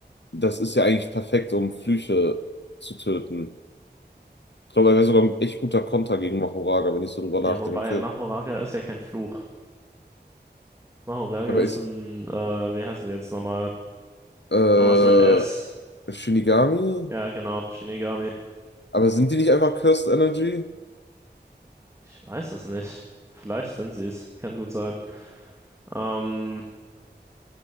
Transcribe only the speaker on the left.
das ist ja eigentlich perfekt, um Flüche zu töten. Ich glaube, er wäre sogar ein echt guter Konter gegen Mahoraga, wenn ich so drüber
nachdenke.
Aber
ist,
äh,
Shinigami?
Aber sind die nicht einfach Cursed Energy?